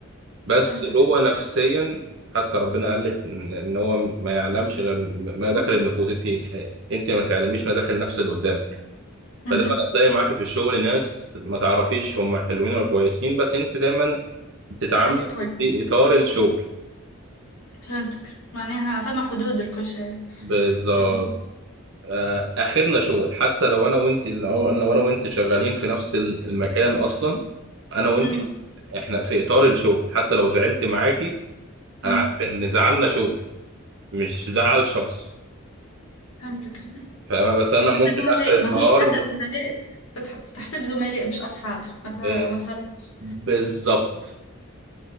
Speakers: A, on the right; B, on the left.
A: بس
B: فهمتك
A: هو نفسيا حتى ربنا قال لك ان إن هو ما يعلمش غير ما داخل النفوس انت انت ما تعلميش ما داخل نفس اللي قدامك
B: مهم.
A: فدايما هتلاقي معاك في الشغل ناس ما تعرفيش هم حلوين ولا كويسين بس انت دايما بتتعاملي
B: خليك كويس
A: في اطار الشغل
B: فهمتك معناها فما حدود لكل شيء
A: بالظبط
B: مهم.
A: آه، اخرنا شغل حتى لو انا وانت لو انا وانا وانت شغالين في نفس ال- المكان اصلا انا وانت
B: أمم.
A: احنا في اطار الشغل حتى لو زعلت معاكي انا
B: أمم.
A: عارف ان زعلنا شغل مش زعل شخص
B: فهمتك حتى
A: فاهمة بس انا ممكن
B: زملاء
A: اخر
B: ماهوش
A: النهار
B: حتى زملاء تتح- تحسب زملاء مش أصحاب ما ت-
A: ب-
B: ما تغلطش
A: بالظبط